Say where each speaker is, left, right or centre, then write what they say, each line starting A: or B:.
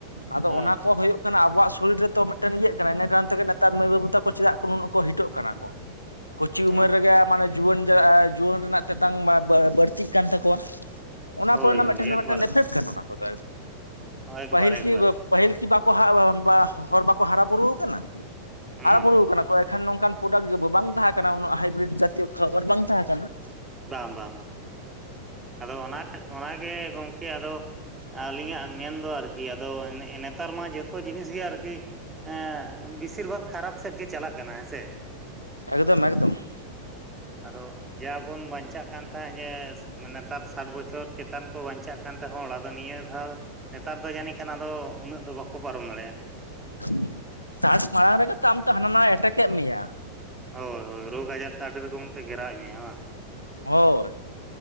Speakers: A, on the left; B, on the right.
A: ᱟᱫᱚ
B: ᱦᱮᱸ
A: ᱚᱱᱟ ᱠᱚ ᱦᱩᱭᱩᱜ ᱠᱟᱱᱟ ᱟᱵᱚᱣᱟᱜ ᱥᱚᱨᱤᱨ ᱨᱮᱛᱚ ᱢᱤᱫᱴᱮᱱ ᱤᱭᱟᱹᱜ ᱠᱟᱱᱟ ᱤᱱᱟᱹ ᱠᱟᱨᱚᱱ ᱛᱮᱜᱮ ᱱᱮᱛᱟᱨ ᱢᱟᱹᱭ ᱵᱟᱹᱵᱩ ᱛᱟᱠᱚ ᱪᱮᱫᱟᱜ ᱱᱩᱱᱟᱹᱜ ᱠᱚ ᱦᱤᱴᱚᱜ ᱠᱟᱱᱟ ᱠᱚ ᱠᱚᱪᱤ
B: ᱦᱮᱸ
A: ᱩᱢᱮᱨ ᱨᱮᱜᱮ ᱢᱟᱱᱮ ᱡᱩᱣᱟᱹᱱ ᱡᱩᱣᱟᱹᱱ ᱨᱮᱱᱟᱜ ᱛᱮᱛᱟᱝ ᱵᱟᱹᱲᱛᱤᱜ ᱠᱟᱱ ᱛᱟᱠᱚᱣᱟ ᱾ ᱚᱱᱟ
B: ᱦᱳᱭ
A: ᱠᱚᱨᱮᱱᱟᱜ
B: ᱦᱳᱭ
A: ᱢᱤᱫᱴᱮᱱ
B: ᱮᱠᱵᱟᱨᱮ
A: ᱢᱤᱫᱴᱮᱱ ᱮᱯᱷᱮᱠᱴ ᱠᱟᱱᱟ ᱚᱱᱟ ᱠᱚᱫᱚ
B: ᱮᱠᱵᱟᱨ
A: ᱯᱟᱹᱦᱤᱞ
B: ᱮᱠᱵᱟᱨ
A: ᱠᱤ ᱯᱟᱹᱦᱤᱞ ᱠᱤ ᱵᱟᱠᱚ ᱦᱚᱲ ᱵᱟᱠᱚ ᱦᱟᱨᱟ ᱵᱩᱨᱩ ᱟᱠᱟᱱᱟ,
B: ᱦᱩᱸ
A: ᱦᱟᱨᱟ ᱵᱩᱨᱩ ᱟᱠᱟᱱᱟ ᱠᱚ ᱮᱠᱷᱟᱱ ᱱᱚᱝᱠᱟᱱ ᱯᱨᱚᱰᱟᱠᱴ ᱜᱮ ᱵᱟᱝ ᱛᱟᱦᱮᱸ ᱠᱟᱱᱟ ᱩᱱᱟᱹᱜ ᱦᱟᱭᱵᱨᱤᱰ ᱡᱟᱛᱤᱭᱚ ᱠᱷᱟᱵᱟᱨ ᱵᱟᱝ ᱛᱟᱦᱮᱸ ᱠᱟᱱᱟ ᱾
B: ᱵᱟᱝ ᱵᱟᱝ ᱵᱟᱝ᱾ ᱟᱫᱚ ᱚᱱᱟ ᱚᱱᱟᱜᱮ ᱜᱚᱝᱠᱮ ᱟᱫᱚ ᱟᱹᱞᱤᱧᱟᱜ ᱢᱮᱱᱫᱚ ᱟᱨᱠᱤ ᱟᱫᱚ ᱱᱮᱛᱟᱨ ᱢᱟ ᱡᱚᱛᱚ ᱡᱤᱱᱤᱥ ᱜᱮ ᱟᱨᱠᱤ ᱮᱸ ᱵᱮᱥᱤᱨ ᱵᱷᱟᱜᱽ ᱠᱷᱟᱨᱟᱯ ᱥᱮᱫ ᱜᱮ ᱪᱟᱞᱟᱜ ᱠᱟᱱᱟ ᱦᱮᱸᱥᱮ ᱾
A: ᱮᱠᱫᱚᱢ ᱮᱠᱫᱚᱢ ᱾
B: ᱟᱫᱚ ᱡᱟ ᱵᱚᱱ ᱵᱟᱧᱪᱟᱜ ᱠᱟᱱ ᱛᱟᱦᱮᱸᱫ ᱡᱮ ᱢᱟᱱᱮ ᱛᱟᱨ ᱥᱟᱴ ᱵᱚᱪᱷᱚᱨ ᱪᱮᱛᱟᱱ ᱠᱚ ᱵᱟᱧᱪᱟᱜ ᱠᱟᱱ ᱛᱮ ᱦᱚᱲ ᱟᱫᱚ ᱱᱤᱭᱟᱹ ᱫᱷᱟᱣ ᱱᱮᱛᱟᱨ ᱫᱚ ᱡᱟᱹᱱᱤᱡ ᱠᱷᱟᱱ ᱟᱫᱚ ᱩᱱᱟᱹᱜ ᱫᱚ ᱵᱟᱠᱚ ᱯᱟᱨᱚᱢ ᱫᱟᱲᱮᱭᱟᱜᱼᱟ ᱾
A: <inaudible> ᱥᱟᱴ ᱢᱟᱲᱟᱝ ᱨᱮᱜᱮ ᱛᱚ ᱟᱢ ᱛᱚ ᱦᱟᱱᱟ ᱱᱟᱣᱟᱭ ᱮᱴᱮᱠ ᱮᱫ ᱢᱮᱭᱟ ᱾
B: ᱦᱳᱭ ᱦᱳᱭ ᱨᱳᱜᱽ ᱟᱡᱟᱨ ᱛᱮ ᱟᱹᱰᱤ ᱨᱚᱠᱚᱢ ᱛᱮ ᱜᱷᱮᱨᱟᱣ ᱮᱫ ᱢᱮᱭᱟ ᱵᱟᱝ᱾
A: ᱦᱳᱭᱻ᱾